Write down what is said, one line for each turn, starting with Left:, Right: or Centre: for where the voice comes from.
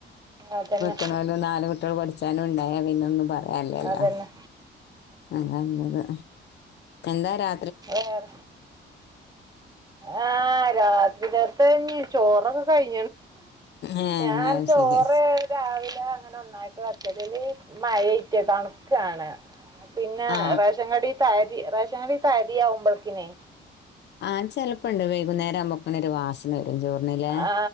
Right: അതന്ന
Left: കണല്ലോ നാലല് കുട്ടികൾ പഠിച്ചാലും ഉണ്ടായ പിന്നൊന്നും പറയാലേല്ലോ
Right: അതന്നെ
Left: അതല്ലത് എന്താ രാ
Right: എറ ആ രാത്രി ത ത നീ ചോറൊക്കെ കായി
Left: ഏ
Right: ഞാൻ
Left: അത്
Right: ചോറ്
Left: ശരി
Right: രാവിലെ അങ്ങനെ ഒന്നായി <unintelligible> ക്കല് മഴറ്റ കണുക്കാണ് പിന്നെ
Left: ആ
Right: റേഷൻ കഡ ത റേഷനരി പതിയമ്പൾക്കിനേ
Left: ആ ചെലപ്പുണ്ട് വൈകുന്നേരം അമ്മക്കണ ഒരു വാസന വരും ചോറിനിലേ
Right: ആ